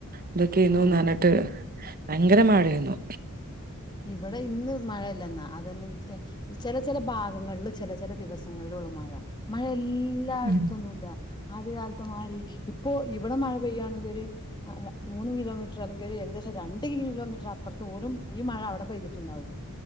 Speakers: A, on the right; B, on the left.
A: ഇതെക്കെയേന്നു
B: ആഹ്
A: നർഞ്ഞിട്ട് ഭയങ്കര മയേന്നു.
B: ഇവടെ ഇന്ന് മഴയല്ല ന്നാ അതെന്നെ ചെ ചെലെ, ചെലെ ഭാഗങ്ങൾല് ചെലെ, ചെലെ ദിവസങ്ങൾലും ഒള്ളു മഴ മഴ എൽ എല്ലായിട്ത്തൊന്നു
A: ഉം
B: ഇല്ല ആദ്യകാലത്ത മാരി ഇപ്പൊ ഇവടെ മഴ പെയ്യാണെങ്കി ഒര് അയ മൂന്ന് കിലോമീറ്റർ അല്ലെങ്കി ഒരു ഏകദേശം രണ്ട് കിലോ മീറ്റർ അപ്പർത്ത് പോലും ഈ മഴ അവടെ പെയ്തിട്ട്ണ്ടാവും